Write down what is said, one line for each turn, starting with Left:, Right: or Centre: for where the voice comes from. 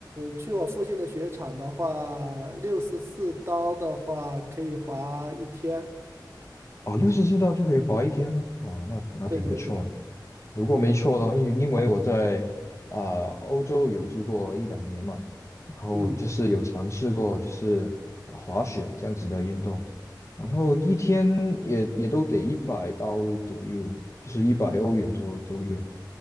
Right: 去我附近的雪场的话，六十四刀的话可以滑一天。
Left: 哦，六十四道就可以滑一天吗？哇，那那挺不错啊。
Right: 对对对，
Left: 如果没错的话，
Right: 嗯
Left: 因为因为我在啊、欧洲有住过一两年嘛，然后就是有尝试过就是啊滑雪这样子的运动，
Right: 嗯，
Left: 然后一天也也都得一百刀左右，就是一百欧元左左右，